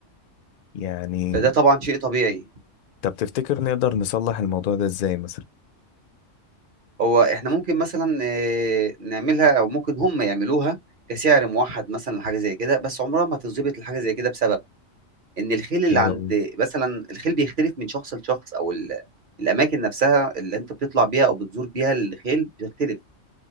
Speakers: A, on the left; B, on the right.
A: يعني
B: فده طبعا شيء طبيعي
A: طب تفتكر نقدر نصلح الموضوع ده ازاي مثلا
B: هو احنا ممكن مثلا آه، نعملها او ممكن هم يعملوها كسعر موحد مثلا حاجه زي كده بس عمرها ما هتظبط الحاجه زي كده بسبب ان الخيل اللي
A: ايه
B: عند
A: هو
B: مثلا الخيل بيختلف من شخص لشخص او ال... الاماكن نفسها اللي انت بتطلع بيها او بتزور بيها الخيل بتختلف